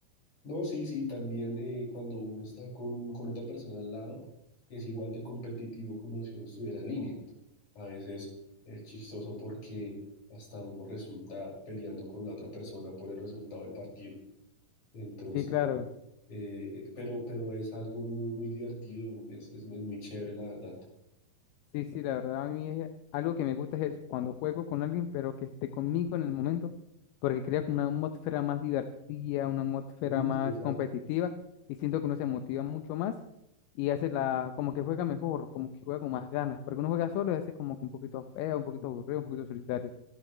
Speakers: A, on the left; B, on the left.
A: No, sí, sí, también eh, cuando uno está con, con otra persona al lado es igual de competitivo como si uno estuviera en línea. A veces es chistoso porque hasta uno resulta peleando con la otra persona por el resultado del partido. Entonces,
B: Sí, claro.
A: eh, pero, pero es algo muy, muy divertido, es, es, es muy chévere, la verdad.
B: Sí, sí, la verdad a mí es algo que me gusta es eso, cuando juego con alguien, pero que esté conmigo en el momento, porque crea como una atmósfera más divertida, una atmósfera
A: Mm,
B: más
A: sí, exacto.
B: competitiva, y siento que uno se motiva mucho más y hace la, como que juega mejor, como que juega con más ganas, porque uno juega solo y hace como que un poquito feo, un poquito aburrido, un poquito solitario.